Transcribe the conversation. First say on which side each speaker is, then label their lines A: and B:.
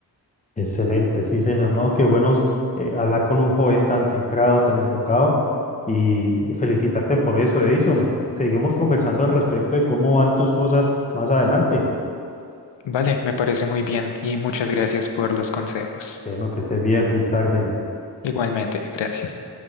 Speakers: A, on the left; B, on the left.
A: Excelente, sí, señor. No, qué bueno eh, hablar con un joven tan centrado, tan enfocado y felicitarte por eso, Edison. Seguimos conversando al respecto de cómo van tus cosas más adelante.
B: Vale, me parece muy bien y muchas gracias por los consejos.
A: Bueno, que estés bien, feliz tarde.
B: Igualmente, gracias.